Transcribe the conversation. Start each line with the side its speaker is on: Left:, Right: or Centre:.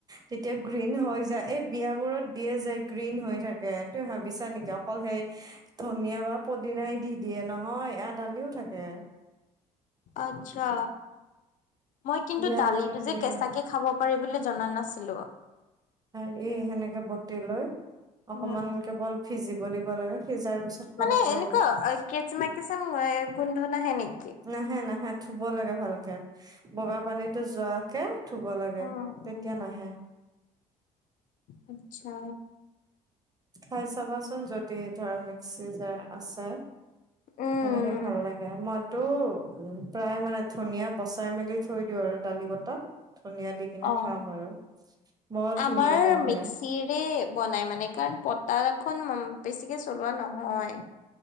Right: তেতিয়া গ্ৰীণ হৈ যায় এই বিয়াবোৰত দিয়ে যে গ্ৰীণ হৈ থাকে তই ভাবিছা নেকি অকল সেই ধনিয়া বা পদিনাই দি দিয়ে নহয় এয়াদালিও থাকে।
Left: আচ্ছা মই কিন্তু
Right: বিয়াবোৰত
Left: দালিটো
Right: দিয়ে
Left: যে কেঁচাকে খাব পাৰি বুলি জনা নাছিলো।
Right: হাৰি সেনেকে বটি লৈ অকমান
Left: উম।
Right: কেৱল সিজিব দিব লাগে সিজাৰ পিছত খাব
Left: মানে
Right: পাৰি
Left: এনেকুৱা অ কেচেমা কচেচম এ গোন্ধ নাহে নেকি?
Right: নাহে নাহে ধুব লাগে ভালকে, বগা পানীতো যোৱাকে ধুব লাগে
Left: উম
Right: তেতিয়া
Left: উম।
Right: নাহে।
Left: আচ্ছা।
Right: খায় চাবাচোন যদি ধৰা মিক্সি যাৰ আছে।
Left: উম।
Right: ভে ভাল লাগে ম। তটো উ প্ৰায় মানে ধুনীয়া বচাই মেলি থৈ দিওঁ আৰু। দালি বটাত ধনিয় দি কিনে
Left: অ'।
Right: খাম আৰু বৰ ধুনীয়া
Left: আমাৰ
Right: গোন্ধাই।
Left: মিক্সিৰে বনাই মানে কাৰণ পতাখন বেছিকে চলোৱা নহয়।